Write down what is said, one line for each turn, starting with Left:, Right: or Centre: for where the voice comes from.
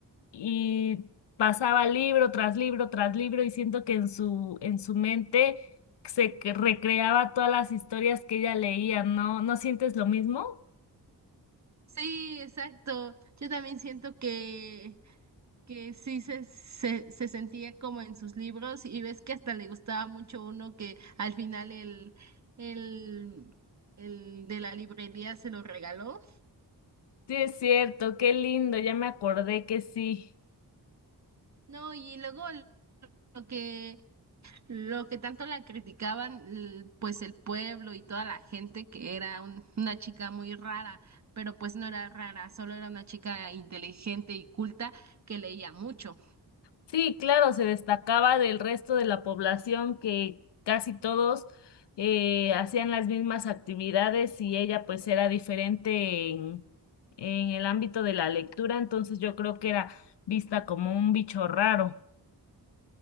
Left: y pasaba libro tras libro tras libro y siento que en su, en su mente se que- recreaba todas las historias que ella leía, ¿no? ¿No sientes lo mismo?
Right: Sí, exacto. Yo también siento que que sí se, se, se sentía como en sus libros y ves que hasta le gustaba mucho uno que al final el, el, el de la librería se lo regaló.
Left: Sí, es cierto, qué lindo, ya me acordé que sí.
Right: No, y luego lo que, lo que tanto la criticaban, l- pues el pueblo y toda la gente que era un- una chica muy rara, pero pues no era rara, solo era una chica inteligente y culta que leía mucho.
Left: Sí, claro, se destacaba del resto de la población que casi todos eh, hacían las mismas actividades y ella pues era diferente en, en el ámbito de la lectura, entonces yo creo que era vista como un bicho raro.